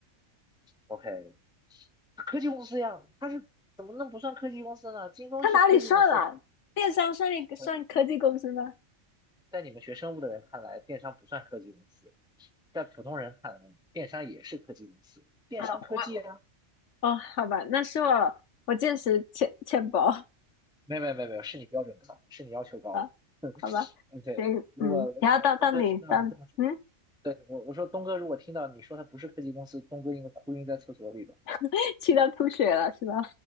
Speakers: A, in the centre; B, on the left (about 65°).
A: ，OK，科技公司呀，他是怎么能不算科技公司呢？京东是科技公司，
B: 他哪里算了？电商算一算科技公司吗？
A: 呃，在你们学生物的人看来，电商不算科技公司，在普通人看来，电商也是科技公司，电商科技啊，
B: 啊，我哦，好吧，那是我我见识浅浅薄
A: 没有没有没有没有，是你标准高，是你要求高了，
B: 啊，好吧，
A: 嗯，对。
B: 行，
A: 如果刘强东哥听到你这么说。
B: 嗯，然后到到你到嗯，
A: 对，我我说东哥，如果听到你说他不是科技公司，东哥应该哭晕在厕所里吧？
B: <laughs> 气到吐血了是吧？